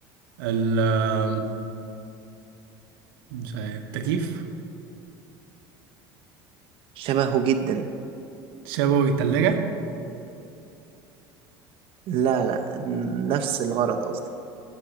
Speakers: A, on the right; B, on the right.
A: ال آم، مش عارف تكييف
B: شبهه جدا
A: شبوي تلاجة
B: لا لا نفس الغرض قصدي